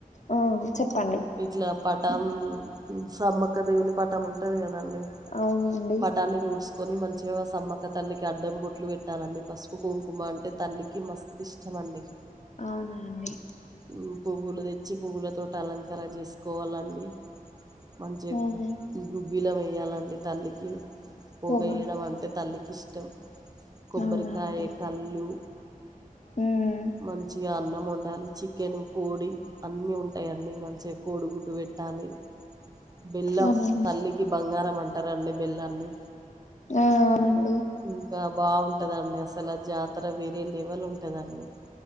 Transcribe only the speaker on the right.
ఇట్లా పటం సమ్మక్క దేవుని పటం ఉంటది కదా దాని
పటాన్ని దుడ్చుకొని మంచిగా సమ్మక్క తల్లికి అడ్డం బొటు బొట్లు పెట్టాలండి పసుపు కుంకుమ అంటే తల్లికి మస్త్ ఇష్టం అండి
హ్మ్ బుగులు దె పచ్చి పువ్వులతోట అలంకార చేసి కోవాలండి మంచిగా
గుగ్గిల వెయాలంట డి తల్లికి పోగ
ఎయడమంటే తల్లికి ఇష్టం కొబ్బరికాయ
కళ్ళు
మంచిగా అన్నం ఒండు ఉండాలి చికెన్ కోడి అన్ని ఉంటాయండి మంచిగా కోడి గుడ్డు పెట్టాలి బెల్లం
తల్లికి బంగారం అంటారండి బెల్లాన్ని
ఇంకా బాగుం టదండి అసలు ఆ జాతర వేరే లెవల్ ఉంటుదండి